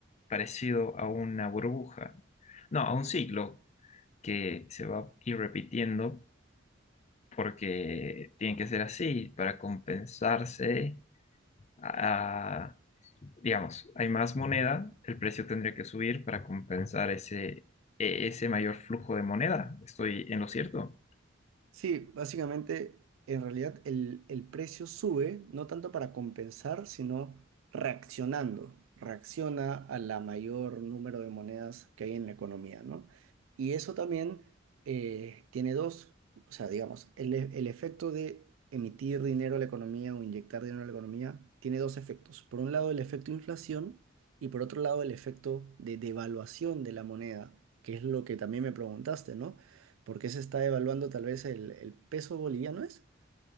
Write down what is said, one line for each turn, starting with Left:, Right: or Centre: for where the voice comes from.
Left: parecido a una burbuja. No, a un ciclo que se va a ir repitiendo porque tiene que ser así para compensarse. a- digamos, hay más moneda, el precio tendría que subir para compensar ese, e- ese mayor flujo de moneda. Estoy en lo cierto.
Right: Sí, básicamente, en realidad el, el precio sube, no tanto para compensar, sino reaccionando. Reacciona a la mayor número de monedas que hay en la economía, ¿no? Y eso también eh, tiene dos, o sea, digamos, el, e- el efecto de emitir dinero a la economía o inyectar dinero a la economía tiene dos efectos. Por un lado, el efecto inflación y por otro lado, el efecto de devaluación de la moneda, que es lo que también me preguntaste, ¿no? porque se está devaluando tal vez el, el peso boliviano, ¿es?